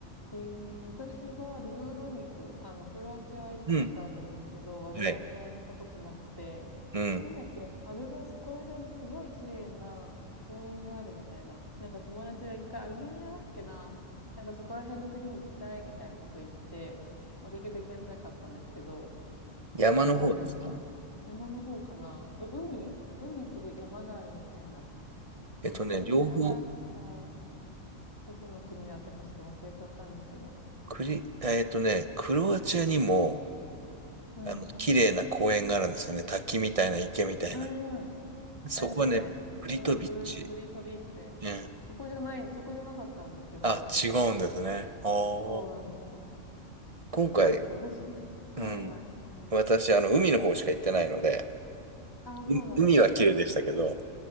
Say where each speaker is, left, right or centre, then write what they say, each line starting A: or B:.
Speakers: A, on the left; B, on the right.
A: えー、私はドゥブロニク、あの、クロアチアは行ったことあるんですけど、
B: うん。
A: アルバニア行ったことなくて、
B: はい。うん。
A: なんだっけ、アルバ、そこら辺にすごい綺麗な公園があるみたいな、なんか友達が一回アルバニアだっけな、なんかそこら辺の国に行きたいみたいなこと言って、まあ、結局行けなかったんですけど、
B: 山の方ですか
A: すごいなんか、山の方かな、う、海海と山があるみたいな、
B: えっとね、
A: アルバニアだか、
B: 両方、
A: どこの国だったかちょっと忘れちゃったんですけど、
B: クリ、えっとね、クロアチアにも、
A: うん
B: あの、綺麗な公園があるんですよね。滝みたいな池みたいな。
A: うーん。
B: そこはね、
A: あれですよね。
B: プリトビッチ。
A: プロ、プル、プリトビって、
B: うん。
A: そこじゃない、そこじゃなかったんですけど、
B: あ、違うんですね。あ
A: そうなんです。
B: あ。今回、
A: そうですよ。私、
B: うん。
A: はいはい。
B: 私、あの、海の方しか行ってないので、
A: ああ、
B: う海は綺麗でしたけど、
A: そうなんですね。